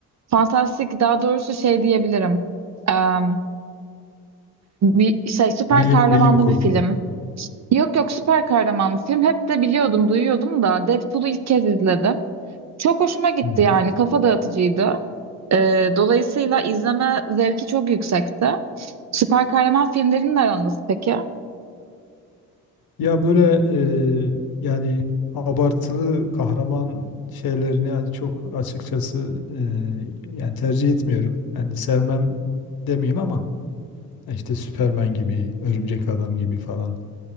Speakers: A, on the right (about 40°); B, on the left (about 60°).
A: Fantastik daha doğrusu şey diyebilirim. Em, bir şey süper
B: Bilim
A: kahramanlı
B: bilim kurgu
A: bir film.
B: mu?
A: Yok yok süper kahramanlı film. Hep de biliyordum, duyuyordum da Deadpool'u ilk kez izledim. Çok hoşuma gitti
B: Hı hı.
A: yani. Kafa dağıtıcıydı. Ee, dolayısıyla izleme zevki çok yüksekti. Süper kahraman filmlerinin aranız peki?
B: Ya böyle e, yani abartılı kahraman şeylerini yani çok açıkçası e, yani tercih etmiyorum. Yani sevmem demeyeyim ama işte Superman gibi, Örümcek Adam gibi falan.